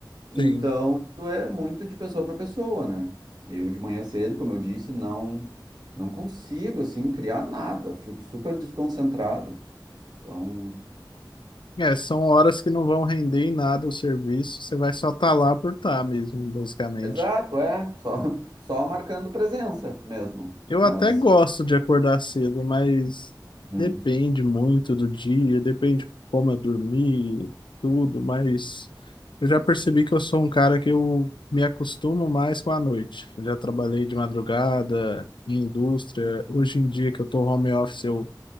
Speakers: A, on the right; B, on the left.
A: Então,
B: Sim.
A: isso é muito de pessoa para pessoa, né? Eu de manhã cedo, como eu disse, não não consigo assim criar nada, fico super desconcentrado. Então,
B: É, são horas que não vão render em nada o serviço. Você vai só estar lá por estar mesmo, basicamente.
A: Exato, é. Só, <laughs> só marcando presença mesmo.
B: Eu
A: Mas
B: até gosto de acordar cedo, mas
A: uhum.
B: depende muito do dia, depende como eu dormi, tudo, mas eu já percebi que eu sou um cara que eu me acostumo mais com a noite. Eu já trabalhei de madrugada, em indústria. Hoje em dia que eu tô home office, eu